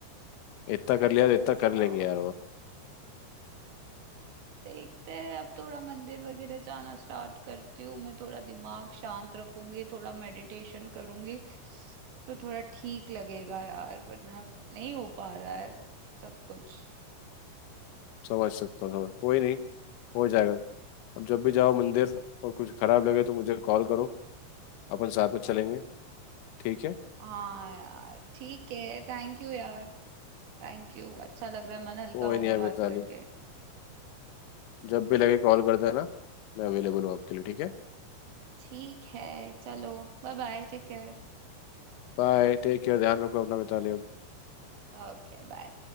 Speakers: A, on the left (about 80°); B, on the right (about 70°).
A: इतना कर
B: आई
A: लिया
B: नो
A: तो इतना कर
B: यार
A: लेंगे यार और
B: देखते हैं अब थोड़ा मंदिर वगैरह जाना स्टार्ट करती हूँ मैं थोड़ा दिमाग शांत रखूंगी थोड़ा मेडिटेशन करूंगी तो थोड़ा ठीक लगेगा यार वरना नहीं हो पा रहा है सब कुछ
A: समझ सकता हूँ समझ कोई नहीं हो जाएगा अब जब भी जाओ मंदिर और कुछ खराब लगे तो मुझे कॉल करो अपन साथ में चलेंगे ठीक है
B: हाँ यार ठीक है थैंक यू यार थैंक यू अच्छा लग रहा है मन हल्का
A: कोई
B: हो
A: नहीं
B: गया
A: है
B: बात
A: मिताली
B: करके
A: जब भी लगे कॉल कर देना मैं अवेलेबल हूँ आपके लिए ठीक है
B: ठीक है चलो bye bye take care
A: बाय Take care ध्यान रखो अपना मिताली अब
B: Okay bye